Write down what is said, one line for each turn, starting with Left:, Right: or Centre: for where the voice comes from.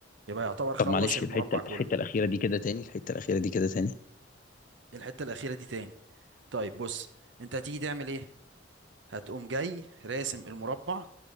Right: يبقى يعتبر خلص
Left: طب معلش
Right: المربع
Left: الحتة
Right: كله
Left: الحتة الأخيرة دي كده تاني الحتة الأخيرة دي كده تاني
Right: الحتة الأخيرة دي تاني طيب بص انت هتيجي تعمل ايه هتقوم جاي راسم المربع